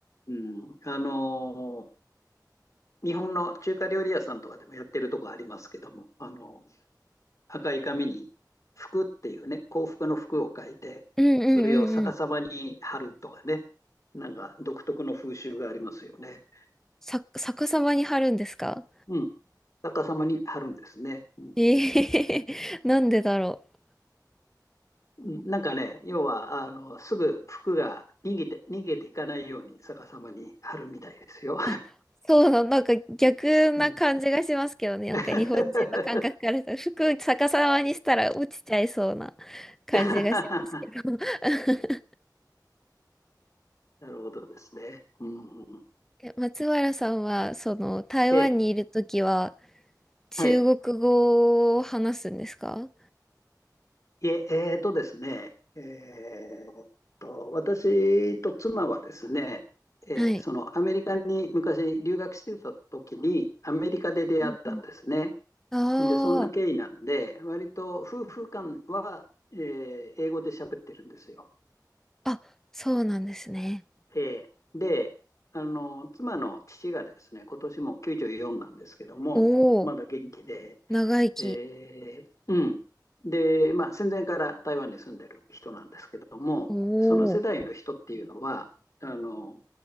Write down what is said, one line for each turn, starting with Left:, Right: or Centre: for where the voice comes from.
Left: うん。あのー日本の中華料理屋さんとかでもやってるとこありますけども、あのー赤い紙に福っていうね、幸福の福を書いて、
Centre: うんうんうんうん。
Left: それを逆さまに貼るとかね、なんか独特の風習がありますよね。
Centre: さ、逆さまに貼るんですか
Left: うん。逆さまに貼るんですね。うん
Centre: ええ <laughs> なんでだろう。
Left: なんかね、要は、あの、すぐ服が逃げて、逃げていかないように逆さまに貼るみたいですよ。
Centre: あ、そうな、なんか逆な感じがしますけどね。
Left: うん
Centre: なんか日本人の感覚からすると、
Left: <laughs>
Centre: 服逆さまにしたら落ちちゃいそうな感じがしますけど。
Left: な
Centre: <laughs>
Left: るほどですね。うん
Centre: え松原さんは、その、台湾にいるときは、
Left: え
Centre: 中国語を話すんですか
Left: ー、はい。えー、えーとですね、えーっと、私と妻はですね、えーそのアメリカに昔留学してた時に、
Centre: はい。
Left: アメリカで出会ったんですね。
Centre: うんうん。あ
Left: で、そんな経緯なんで、割と夫婦間は、えー英語で喋ってるんですよ。
Centre: あ、あ、そうなんですね。
Left: えーで、あの、妻の父がですね、今年もう94なんですけども、
Centre: おお、
Left: まだ元気で、
Centre: 長生き。
Left: えーうん。で、まあ、戦前から台湾に住んでる人なんですけども、
Centre: お
Left: その世代の人っていうのは、
Centre: お、
Left: あの、